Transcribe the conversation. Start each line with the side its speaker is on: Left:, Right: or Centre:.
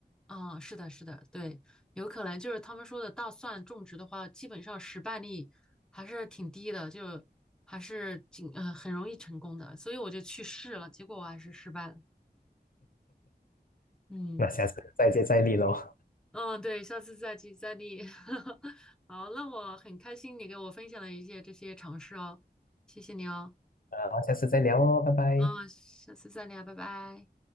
Centre: 啊，是的，是的，对，有可能就是他们说的大蒜种植的话，基本上失败率还是挺低的，就还是挺呃很容易成功的，所以我就去试了，结果我还是失败了。嗯
Left: 那下次再接再厉喽，
Centre: 嗯，对，下次再接再厉。<laughs> 好，那我很开心你给我分享了一些这些尝试哦，谢谢你哦。
Left: 呃，好，下次再聊哦，拜拜。
Centre: 嗯，下次再聊，拜拜。